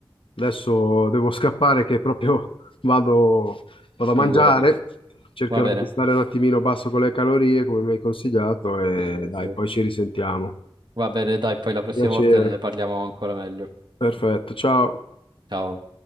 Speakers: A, on the left; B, on the right.
A: Adesso devo scappare che proprio <laughs> vado, vado
B: figurati.
A: a mangiare. Cercherò
B: Va bene,
A: di stare un attimino basso con le calorie, come mi hai consigliato, e
B: Sì, sì,
A: dai,
B: sì.
A: poi ci risentiamo.
B: va bene, dai, poi la prossima
A: Piacere.
B: volta ne parliamo ancora meglio.
A: Perfetto, ciao.
B: Ciao.